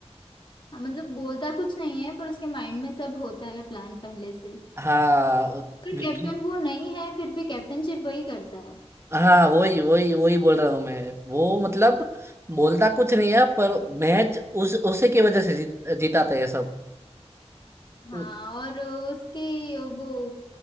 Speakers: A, on the left; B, on the right.
A: हाँ, मतलब बोलता कुछ नहीं है पर उसके माइंड में सब होता है प्लान पहले से
B: हाँ
A: पर
B: विक्की
A: कैप्टन वो नहीं है फिर भी कैप्टनशिप वही करता है
B: हाँ वही वही वही बोल रहा हूँ मैं वो मतलब बोलता कुछ नहीं है पर मैच उस उसी की वजह से जीत, जिताते हैं सब उ-
A: हाँ और अ, उसकी अ, वो